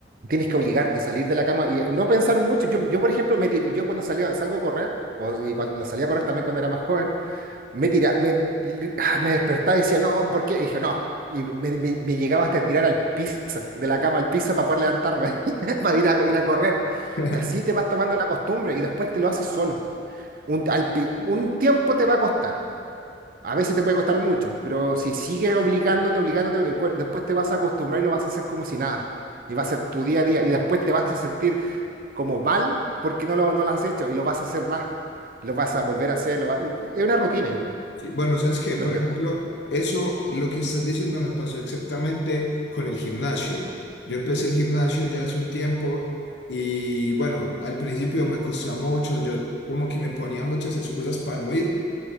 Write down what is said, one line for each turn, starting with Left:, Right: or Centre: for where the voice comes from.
Right: tienes que obligarte a salir de la cama y no pensar mucho. Yo, yo por ejemplo, me tiré, yo cuando salía, salgo a correr, o, y cuando salía a correr también cuando era más joven, me tira, me, me despertaba y decía, no, porque dije, no. Y me, me- me llegaba hasta tirar al piso, de la cama al piso para poder levantarme, <laughs> para ir a, ir a correr.
Left: <laughs>
Right: Y así te vas tomando la costumbre y después te lo haces solo. Un, al pi- un tiempo te va a costar. A veces te puede costar mucho, pero si sigues obligándote, obligándote, el cuer- después te vas a acostumbrar y lo vas a hacer como si nada. Y va a ser tu día a día. Y después te vas a sentir como mal porque no lo, no lo has hecho y lo vas a hacer más. Lo vas a volver a hacer. lo va- Es una rutina, yo creo.
Left: Sí, bueno, ¿sabes qué?
Right: lo
Left: Por
Right: que
Left: ejemplo, eso, lo que estás diciendo me pasó exactamente con el gimnasio. Yo empecé el gimnasio ya hace un tiempo y bueno, al principio me costó mucho, yo como que me ponía muchas excusas para no ir,